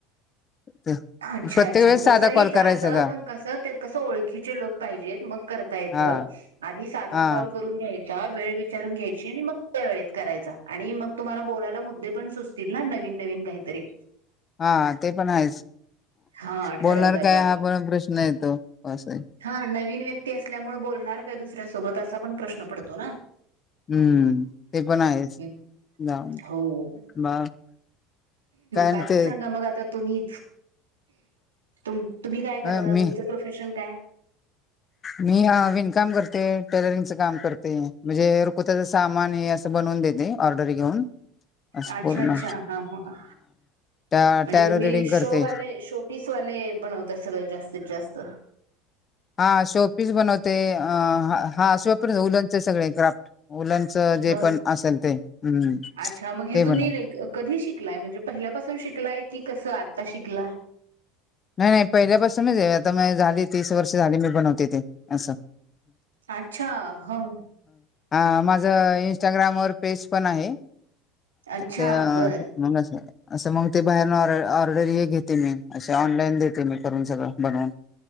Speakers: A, on the left (about 35°); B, on the right (about 85°).
A: ते
B: अच्छा
A: प्रत्येक
B: अच्छा
A: वेळेस साधा
B: तसंही
A: कॉल
B: चालतं
A: करायचा का
B: पण, कस ते कसं ओळखीचे लोक पाहिजेत मग करता येत.
A: हा
B: आधी साधा
A: हा
B: कॉल करून घेय चार वेळ विचारून घ्यायची आणि मग त्या वेळेत करायचा आणि मग तुम्हाला बोलायला मुद्दे पण सुच तील ना नवीन नवीन काहीतरी.
A: हा ते पण आहेच
B: हा
A: बोलणार
B: ठरवल्याप्रमाणे
A: काय हा पण प्रश्न येतो, अस.
B: हा नवीन व्यक्ती असल्यामुळे बोलणार काय दुसऱ्यासोबत असा पण प्रश्न पडतो ना.
A: हम्म ते पण आहेच
B: हं,
A: जाऊन
B: हो
A: बा काय
B: बाकी
A: ते
B: सांगा मग आत तर तुम्ही तुम्ही काय कराता
A: अ, मी
B: तुमचं प्रोफेशन काय?
A: मी विणकाम करते, टेलरिंगच काम करते, म्हणजे रकोताच सामान हे अस बनवून देते ऑर्डर घेऊन. असं
B: अच्छा
A: पूर्ण
B: अच्छा हा हा ह
A: त्या
B: म्हणजे
A: टॅरो
B: तुम्ही
A: रिडिंग करते
B: शोवाले शो पिसवाले बनवतात सगळं जास्तीत जास्त.
A: हा शो पीस बनवते हा असे वापर ऊलनचे सगळे क्राफ्ट उल्लंच जे
B: ह
A: पण असेल ते हम्
B: अच्छा मग हे
A: ते
B: तुम्ही
A: म्हण.
B: लाईक कधी शिकलाय म्हणजे पहिल्यापासून शिकलाय की कसं आता शिकलाय.
A: नाही नाही पहिल्यापासूनच आहे आता म झाली तीस वर्ष झाली मी बनवते ते. अस
B: अच्छा ह
A: हा माझ इंस्टाग्रामवरर पेज पण आहे.
B: अच्छा
A: ते
B: बर
A: मग अस असं मग ते बाहेर ऑ ऑर्डरी हे घेते मी अशा ते ऑनलाईन देते मी करून सगळं बनवून.